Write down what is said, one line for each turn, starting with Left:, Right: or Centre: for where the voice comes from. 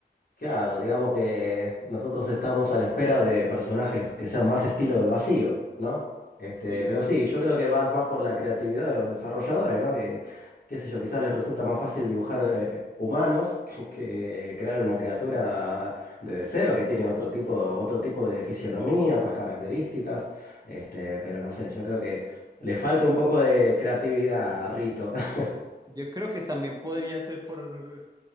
Left: Claro, digamos que nosotros estamos a la espera de personajes que sean más estilo del vacío, ¿no? Este,
Right: Sí,
Left: pero sí, yo creo que va más por la creatividad de los desarrolladores, ¿no? Que, qué sé yo, quizás les resulta más fácil dibujar eh, humanos <laughs> que crear una criatura de cero que tiene otro tipo, otro tipo de fisionomía, otras características. Este, pero no sé, yo creo que le falta un poco de creatividad a Rito. <laughs>
Right: yo creo que también podría ser por